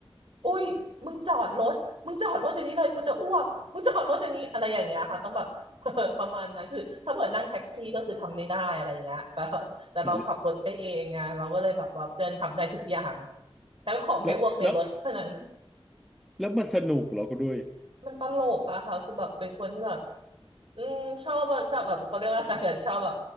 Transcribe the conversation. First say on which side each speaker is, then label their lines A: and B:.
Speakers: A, on the right (about 60°); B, in the centre.
A: อุ้ยมึงจอดรถมึงจอดรถอย่างนี้เลยกูจะอ้วกมึงจอดรถอย่างนี้อะไรอย่างเงี้ยค่ะต้องแบบ <laughs> ประมาณนั้นคือถ้าเกิดนั่งแท็กซี่ก็คือทำไม่ได้อะไรอย่างเงี้ย <laughs> แต่แต่เราขับรถไปเองไงเราก็เลยแบบว่าเพื่อนทำได้ทุกอย่าง
B: อ๋อ
A: แต่ขอไม่อ้วกในรถเท่านั้น
B: แล้วแล้วแล้วมันสนุกเหรอคุณด้วย
A: มันตลกอะค่ะคือแบบเป็นคนที่แบบ อืมชอบอะชอบแบบเขาเรียกอะไรอะชอบแบบ